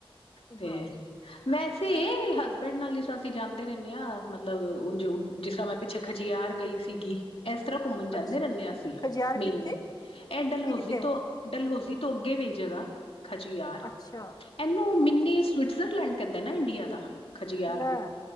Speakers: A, on the left; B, on the left.
A: ਤੇ
B: ਹਾਂ।
A: ਵੈਸੇ ਹਸਬੈਂਡ ਨਾਲ ਈ ਸਸ ਅਸੀਂ ਜਾਂਦੇ ਰੈਨੇ ਆਂ ਮਤਲਬ ਜਿਸ ਤਰ੍ਹਾਂ ਮੈਂ ਪਿੱਛੇ ਖਜਿਆਰ ਗਈ ਸੀਗੀ। ਐਸ ਤਰ੍ਹਾਂ ਘੁੰਮਨ ਜਾਂਦੇ
B: ਅੱਛਾ
A: ਰੈਂਦੇ ਆਂ ਅਸੀਂ
B: ਖਜਿਆਰ
A: ਮੇਨਲੀ,
B: ਕਿੱਥੇ
A: ਐ ਡਲਹੌਜ਼ੀ
B: ਇਹ ਕਿੱਥੇ ਹੈ
A: ਤੋਂ ਡਲਹੌਜ਼ੀ ਤੋਂ ਅੱਗੇ ਵੀ ਜਗਾ ਖਜਿਆਰ,
B: ਅੱਛਾ
A: ਏਨੂੰ ਮਿੰਨੀ
B: ਅੱਛਾ ਅੱਛਾ
A: ਸਵਿਟ ਸਵੀਜ਼ਰਲੈਂਡ ਕੈਂਦੇ ਨਾ ਇੰਡੀਆ ਦਾ ਖਜਿਆਰ।
B: ਲੈ